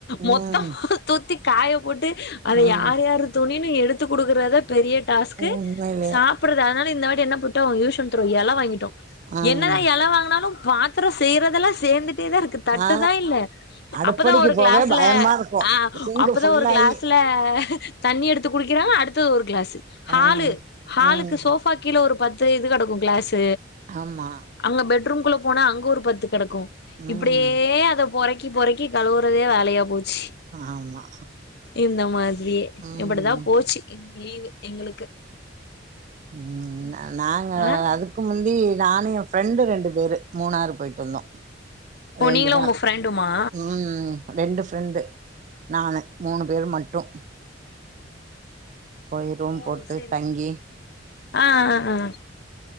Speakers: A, on the right; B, on the left.
A: ம்
B: மொத்தமமா தொத்தி காய போட்டு அத
A: ம்
B: யார் யாரு துணினு எடுத்துக் குடுக்குறதே பெரிய டாஸ்க்
A: உண்மையிலே
B: சாப்ட்றது அதனால இந்த வாட்டி என்ன பண்ட்டோ யூஸ் அண்ட் த்ரோ எல வாங்கிட்டோ
A: ம்
B: என்னதா எல வாங்குனாலு பாத்தரோ செய்யறதெல்லா சேந்துட் டேதா இருக்கு தட்டு
A: ஆ
B: தா இல்ல
A: அடுப்படிக்கு
B: அப்பதா ஒரு கிளாஸ்ல
A: போவே பயமா இருக்கு
B: ஆ
A: சிங்க்
B: அப்பதா
A: ஃபுல்லாயி
B: ஒரு கிளாஸ் ல தண்ணி எடுத்து குடிக்கிறாங்க அடுத்தது ஒரு கிளாஸ் ஹாலு
A: ஆ
B: ஹாலுக்கு
A: ம்
B: சோபாக்கு கீழ ஒரு பத்து இது கெடக்கு கிளாஸ்
A: ஆமா
B: அங்க பெட்ரூம் குள்ள போனா அங்க ஒரு பத்து கெடக்கு இப்டியே
A: ம்
B: அத பொறக்கி பொறக்கி கழுவுறதே வேலையா போச்
A: ஆமா
B: இந்த மாதிரியே
A: ம்
B: இப்டிதா போச்சி இன்னக்கி லீவு எங்களுக்கு
A: ம் நா நாங்க
B: ஆ
A: அதுக் கு முந்தி நானு ஏ ஃப்ரெண்டு ரெண்டு பேரு மூணாறு போயிட்டு வந்தோ
B: ஓ
A: ரெண்டு
B: நீங்களு
A: நாள்
B: உங்க ஃப்ரெண்டுமா
A: ம் ம் ரெண்டு ஃப்ரெண்டு நானு மூணு பேர் மட்டு போய் ரூம்
B: ஓ
A: போட்டு
B: சேரி
A: தங்கி
B: ஆ ஆ ஆ